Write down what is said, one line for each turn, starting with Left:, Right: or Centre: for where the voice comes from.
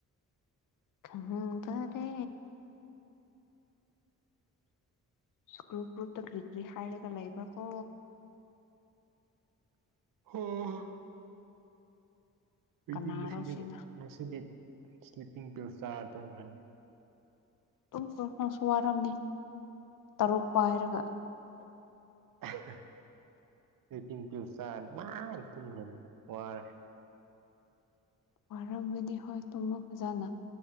Left: ꯈꯪꯗꯔꯦ ꯒ꯭ꯔꯨꯞ ꯒ꯭ꯔꯨꯞꯇ ꯀꯔꯤ ꯀꯔꯤ ꯍꯥꯏꯔꯒ ꯂꯩꯕ꯭ꯔꯥ ꯀꯣ
Right: ꯍꯪꯍꯥ ꯑꯩꯗꯤ
Left: ꯀꯅꯥꯔꯣ
Right: ꯉꯥꯁꯤꯗꯤ
Left: ꯁꯤꯅ
Right: ꯉꯥꯁꯤꯗꯤ ꯏꯁꯇꯦꯄꯤꯡꯒ ꯆꯥꯔ ꯇꯨꯝꯈ꯭ꯔꯅꯤ
Left: ꯇꯨꯝꯈꯔꯣ ꯅꯪꯁꯨ ꯋꯥꯔꯝꯅꯤ ꯇꯔꯨꯛ ꯄꯥꯏꯔꯒ
Right: ꯑꯍꯥ ꯗꯨꯏꯄꯤꯡ ꯄꯤꯡ ꯆꯔ ‌ꯅꯨꯡꯉꯥꯏꯅ ꯇꯨꯝꯈꯔꯅꯤ ꯋꯥꯔꯦ
Left: ꯋꯥꯔꯝꯃꯅꯤ ꯍꯣꯏ ꯇꯨꯝꯃꯣ ꯐꯖꯅ